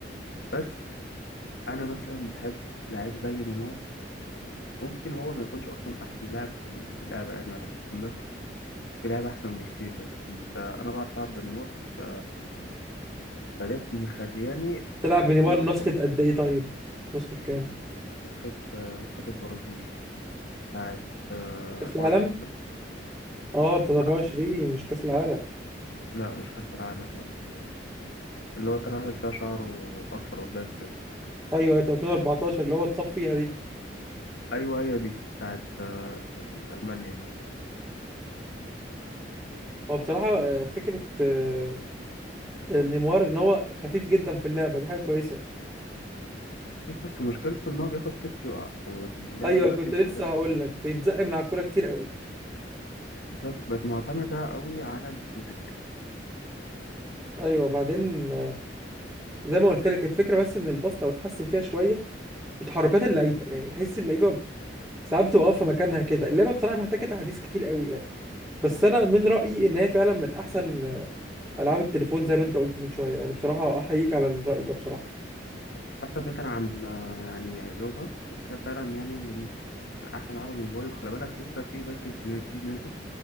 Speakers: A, on the left; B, on the right.
A: بس أنا مثلا بحب لعيب زي نيمار ممكن هو ما يكونش أصلا أحسن لاعب في اللعبة يعني ولا الكلام ده في لعيبة أحسن بكتير بس أنت أنا بعرف ألعب بنيمار ف... فديت مخلياني
B: تلعب
A: أحس
B: بنيمار
A: إن هو
B: نسخه
A: قوي
B: قد ايه طيب نسخه كام
A: نسخة آه، نسخة البرازيل بتاعة 24
B: كاس العالم
A: سنة
B: اه بتاعت 24
A: آه،
B: مش كاس العالم
A: لا مش كأس العالم لا اللي هو كان عامل فيها شعره أصفر قدام كده
B: ايوه في 2014 اللي هو اتصف فيها دي
A: ايوه هي دي بتاعت آه، المانيا دي
B: هو بصراحه آه، فكره آه، نيمار ان هو خفيف جدا في اللعبه دي حاجه كويسه
A: في بس مشكلته ان هو بياخد كتف يقع واللعبه
B: ايوه
A: دلوقتي
B: كنت لسه
A: بقت
B: هقول لك بيتزق من على الكوره كتير قوي
A: بالظبط بقت معتمده قوي على الفيزيك
B: ايوه بعدين آه، زي ما قلت لك الفكره بس ان الباص لو اتحسن فيها شويه وتحركات اللعيبه يعني تحس اللعيبه ساعات بتبقى واقفه مكانها كده اللعبه بصراحه محتاجه تعديل كتير قوي يعني بس انا من رايي ان هي فعلا من احسن آه، العاب التليفون زي ما انت قلت من شويه يعني بصراحه احييك على الراي ده بصراحه
A: حتى بعيدا عن آه، يعني عيوبها بس هي فعلا يعني من من احسن العاب الموبايل خلي بالك لسه في باكج نا- جديد نازل